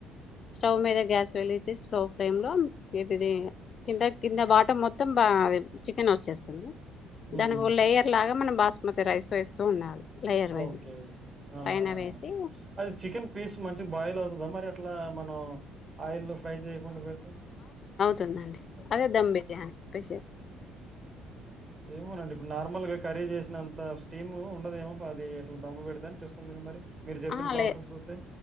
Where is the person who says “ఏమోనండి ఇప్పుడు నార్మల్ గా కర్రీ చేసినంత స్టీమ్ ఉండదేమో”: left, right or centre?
Right